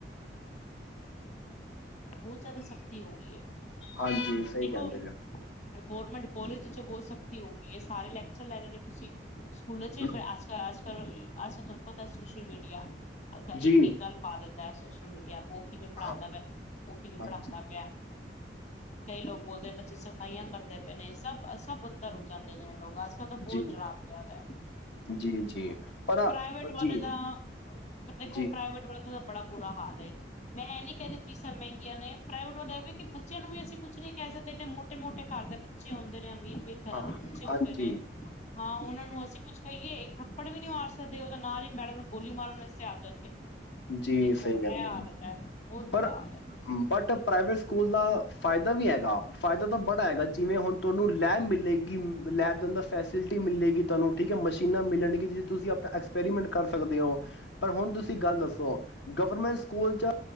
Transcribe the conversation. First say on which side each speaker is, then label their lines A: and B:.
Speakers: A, on the left; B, on the left.
A: ਬਹੁਤ ਜ਼ਿਆਦਾ ਸਖ਼ਤੀ ਹੋ ਗਈ ਹੈ।
B: ਹਾਂਜੀ, ਸਹੀ
A: ਦੇਖੋ
B: ਕਹਿੰਦੇ ਪਏ ਓ।
A: ਗੌਰਮੈਂਟ ਕਾਲਜ ਚ ਬਹੁਤ ਸਖਤੀ ਹੋ ਗਈ ਹੈ ਸਾਰੇ ਲੈਕਚਰ ਲੈ ਰਹੇ ਨੇ ਤੁਸੀਂ ਸਕੂਲਾਂ ਚ
B: ਹੋ
A: ਆਸ-ਪਾਸ <unintelligible> ਅੱਜ ਕੱਲ ਤੁਹਾਨੂੰ ਪਤਾ ਸੋਸ਼ਲ ਮੀਡੀਆ ਇੱਕ
B: ਜੀ
A: ਇੱਕ ਗੱਲ ਪਾ ਦਿੰਦਾ ਹੈ ਸ ਮੀਡੀਆ ਆਪੋ <unintelligible> ਕਿਵੇਂ ਪੜ੍ਹਾਂਦਾ
B: ਹਾਂ
A: ਵੇ ਉਹ ਕਿਵੇਂ
B: ਹਾਂਜੀ
A: ਪੜ੍ਹਾਂਦਾ ਪਿਆ ਕਈ ਲੋਕ ਬੋਲਦੇ ਬੱਚੇ ਸਫ਼ਾਈਆਂ ਕਰਦੇ ਪਏ ਨੇ ਸਭ ਸਭ ਅੰਦਰ ਹੋ ਜਾਂਦਾ ਲੋਕ ਅੱਜ ਕੱਲ ਤਾਂ ਬਹੁਤ
B: ਜੀ
A: <unintelligible> ਚ ਹੈ
B: ਜੀ ਜੀ ਪਰ
A: ਪ੍ਰਾਈਵੇਟ ਵਾਲੇ
B: ਜੀ
A: ਦਾ ਦੇਖੋ
B: ਜੀ,
A: ਪ੍ਰਾਈਵੇਟ ਵਾਲੇ <unintelligible> ਦਾ ਬੜਾ ਬੁਰਾ ਹਾਲ ਹੈ ਮੈਂ ਇਹ ਨੀ ਕਹਿੰਦੀ ਫੀਸਾਂ ਮਹਿੰਗੀਆਂ ਨੇ ਪ੍ਰਾਈਵੇਟ ਵਾਲੇ ਵੇ ਕਿ ਬੱਚਿਆਂ ਨੂੰ ਵੀ ਅਸੀਂ ਕੁਛ ਨ ਨਹੀਂ ਕਹਿ ਸਕਦੇ ਮੋਟੇ ਮੋਟੇ ਘਰ ਦੇ ਬੱਚੇ ਆਉਂਦੇ ਨੇ ਵੀਕ ਵੀਕ ਘਰਾਂ
B: ਹਾਂ,
A: ਦੇ ਬੱਚੇ ਹੁੰਦੇ
B: ਹਾਂਜੀ,
A: ਨੇ ਹਾਂ ਉਹਨਾਂ ਨੂੰ ਅਸੀਂ ਕੁੱਝ ਕਹੀਏ ਇੱਕ ਥੱਪੜ ਵੀ ਨਹੀਂ ਮਾਰ ਸਕਦੇ ਉਹ ਤੇ ਨਾਲ ਹੀ ਮੈਡਮ ਨੂੰ ਗੋਲੀ ਮਾਰਨ ਵਾਸਤੇ ਆ ਜਾਣਗੇ
B: ਜੀ
A: ਦੇਖੋ
B: ਸਹੀ
A: ਇਹ
B: ਕਹਿੰਦੇ
A: ਆਦਤ
B: ਹੋ,
A: ਹੈ।
B: ਪਰ
A: ਬੁਰਾ ਹਾਲ ਹੈ ਜੀ।
B: ਬਟ ਪ੍ਰਾਈਵੇਟ ਸਕੂਲ ਸਕੂਲ ਦਾ ਫਾਇਦਾ ਵੀ ਹੈਗਾ ਫਾਇਦਾ ਤਾਂ ਬੜਾ ਹੈਗਾ ਜਿਵੇਂ ਹੁਣ ਤੁਹਾਨੂੰ ਲੈਬ ਮਿਲੇਗੀ ਲੈਬ ਦੇ ਅੰਦਰ ਫੈਸਿਲਿਟੀ ਮਿਲੇਗੀ ਤੁਹਾਨੂੰ ਠੀਕ ਹੈ ਮਸ਼ੀਨਾਂ ਮਿਲਣਗਿਆ ਜਿਵੇਂ ਤੁਸੀਂ ਆਪਣਾ ਐਕਸਪੈਰੀਮੈਂਟ ਕਰ ਸਕਦੇ ਹੋ ਪਰ ਹੁਣ ਤੁਸੀਂ ਗੱਲ ਦੱਸੋ ਸ ਗਵਰਮੈਂਟ ਸਕੂਲ ਚ